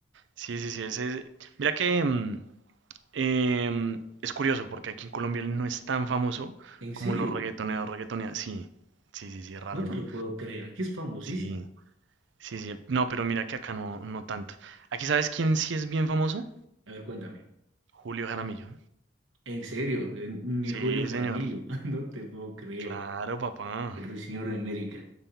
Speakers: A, on the right; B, on the right.
A: Sí, sí, sí, ese es- Mira que mm, em, es curioso porque aquí en Colombia él no es tan famoso
B: ¿En serio?
A: como los reggaetoneros, reggaetoneras. Sí, sí, sí, sí, es raro,
B: No te
A: ¿no?
B: lo puedo creer, aquí es famosísimo.
A: Sí, sí, sí. No, pero mira que acá no, no tanto. Aquí, ¿sabes quién sí es bien famoso?
B: A ver, cuéntame.
A: Julio Jaramillo.
B: En serio, eh, mi
A: Sí,
B: Julio Jaramillo,
A: señor.
B: <laughs> no te puedo creer,
A: Claro, papá.
B: el ruiseñor de América.